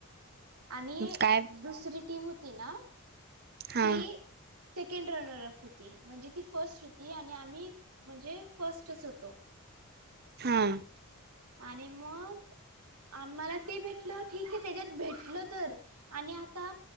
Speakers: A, on the right (about 80°); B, on the right (about 45°).
A: आणि
B: काय
A: दुसरी टीम होती ना
B: हा
A: ती सेकंड रनर अप होती म्हणजे ती फर्स्ट होती आणि आम्ही म्हणजे फस्टच होतो
B: हम्
A: आणि मग आम्हाला ते भेटलं ठीक आहे त्याच्यात भेटल तर आणि आता